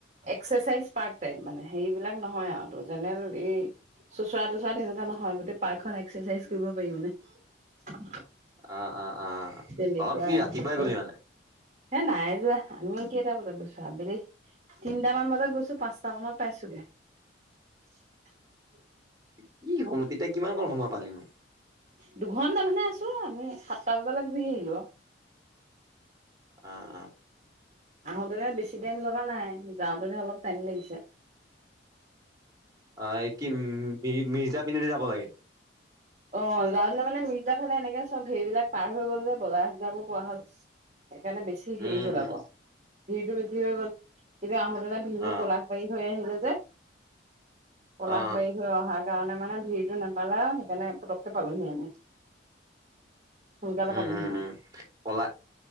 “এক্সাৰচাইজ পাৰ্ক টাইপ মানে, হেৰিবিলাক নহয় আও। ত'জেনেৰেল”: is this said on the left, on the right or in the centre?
Right